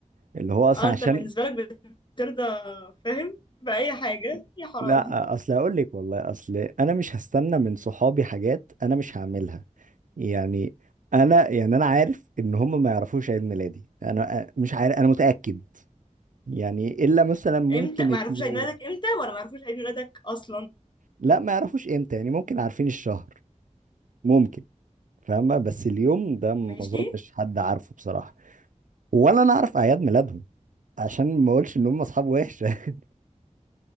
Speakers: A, on the right; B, on the left.
A: اللي هو اصلا
B: اه انت
A: عشان
B: بالنسبة لك بترضى فاهم بأي حاجة يا حرام
A: لا اصل هقول لك والله اصل انا مش هستنى من صحابي حاجات انا مش هعملها يعني انا يعني انا عارف ان هم ما يعرفوش عيد ميلادي انا أ- مش عارف انا متاكد يعني الا مثلا ممكن
B: امتى
A: اتنين
B: ما عرفوش عيد ميلادك امتى ولا ما عرفوش عيد ميلادك اصلا
A: لا ما يعرفوش امتى يعني ممكن عارفين الشهر ممكن فاهمة بس اليوم ده ما
B: ماشي
A: اظنش حد عارفه بصراحة ولا انا اعرف اعياد ميلادهم عشان ما اقولش ان هم اصحاب وحشة <laughs>